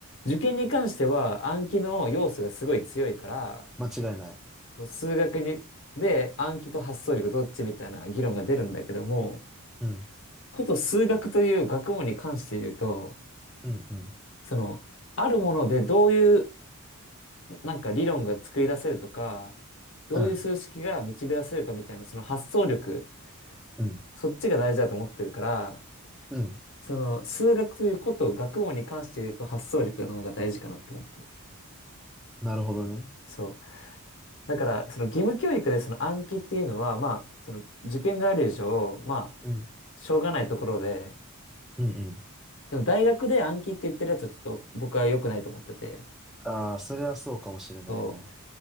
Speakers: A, on the left; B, in the centre.
A: う。受験に関しては暗記の要素がすごい強いから、
B: 間違いない。
A: そう数学に、で暗記と発想力どっちみたいな議論が出るんだけども、
B: うん、
A: こと数学という学問に関して言うと、
B: うん、うん、
A: その、あるものでどういうなんか理論が作り出せるとか、どういう数式が導き出せるかみたいな、
B: うん、
A: その発想力、
B: うん、
A: そっちが大事だと思ってるから、
B: うん。
A: その、数学ということ、学問に関して言うと発想力の方が大事かなって思ってる。
B: なるほどね。
A: そう。だから、その義務教育でその暗記っていうのは、まあ、その受験がある以上、まあ、
B: うん、
A: しょうがないところで、
B: うん、うん。
A: でも大学で暗記って言ってるやつはちょっと僕は良くないと思ってて、
B: ああ、それはそうかもしれないね。
A: そう。